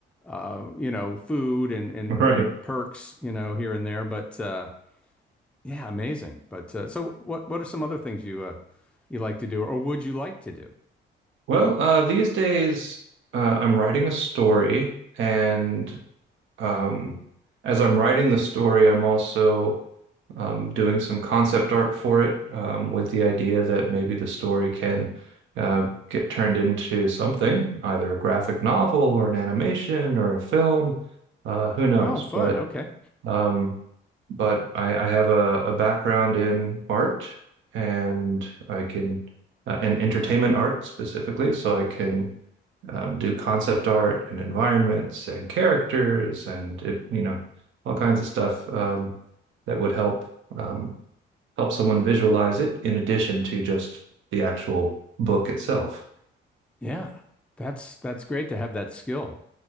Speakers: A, in the centre; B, on the right.
A: uh, you know, food and and
B: <laughs> Right.
A: you know, perks, you know, here and there, but uh yeah, amazing. But uh, so what what are some other things you uh you like to do or would you like to do?
B: Well, uh, these days uh, I'm writing a story, and um, as I'm writing the story, I'm also um, doing some concept art for it, um, with the idea that maybe the story can uh, get turned into something, either a graphic novel or an animation or a film. Uh, who knows?
A: Oh, fun.
B: But
A: Okay.
B: Um, but I, I have a, a background in art and I can, uh, and entertainment art specifically. So I can um, do concept art and environments and characters and it, you know, all kinds of stuff um, that would help um, help someone visualize it in addition to just the actual book itself.
A: Yeah. That's that's great to have that skill.